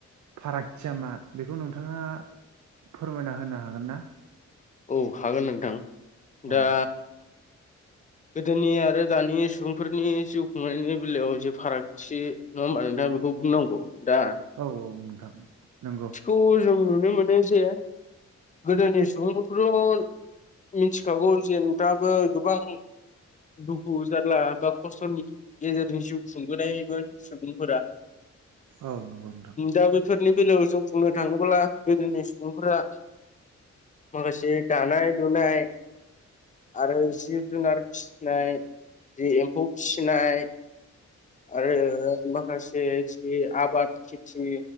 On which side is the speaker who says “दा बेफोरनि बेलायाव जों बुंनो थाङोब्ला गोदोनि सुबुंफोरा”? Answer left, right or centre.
Left